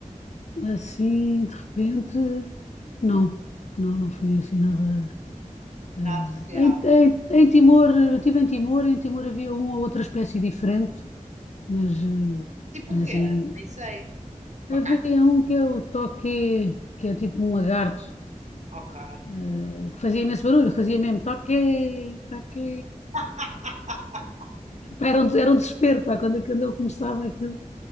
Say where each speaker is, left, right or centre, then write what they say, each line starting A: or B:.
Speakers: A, on the left; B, on the right.
A: Assim, de repente, não, não, não foi assim nada. eh,
B: na sociedade.
A: em, em, em Timor, eu estive em Timor, em Timor havia uma ou outra espécie diferente, mas, eh,
B: Tipo
A: mas
B: o quê?
A: assim,
B: Nem sei. Macaco?
A: havia um que é o toque, que é tipo um lagarto,
B: Ok.
A: eh, que fazia imenso barulho, fazia mesmo toque, toque.
B: <laughs>
A: Pá, Era um, era um desespero, pá, quando, quando ele começava aquilo,